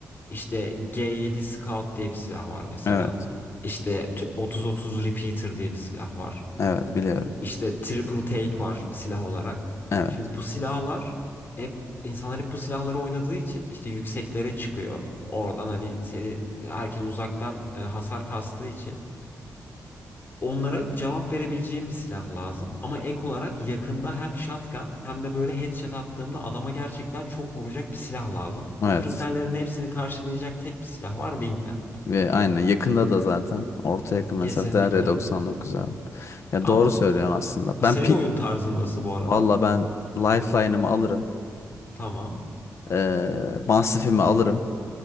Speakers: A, on the left (about 40°); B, on the left (about 60°).
A: işte G7 Scout diye bir silah var mesela.
B: Evet.
A: İşte t- 30-30 Repeater diye bir silah var.
B: Evet biliyorum.
A: İşte triple take var silah olarak.
B: Evet.
A: Şimdi bu silahlar hep insanlar hep bu silahları oynadığı için işte yükseklere çıkıyor. Oradan hani seni herkes uzaktan e, hasar kastığı için onlara cevap verebileceğim bir silah lazım. Ama ek olarak yakında hem shotgun hem de böyle headshot attığımda adama gerçekten çok vuracak bir silah lazım. Bu
B: Evet.
A: kriterlerin hepsini karşılayacak tek bir silah var Wingman.
B: Ve aynen yakında da zaten orta yakın mesafede
A: Kesinlikle.
B: R99 abi. Ya
A: Ama
B: doğru söylüyorsun aslında. Ben
A: senin
B: pi
A: oyun tarzın nasıl bu arada?
B: valla ben lifeline'ımı alırım.
A: Tamam.
B: Ee, mastifimi alırım.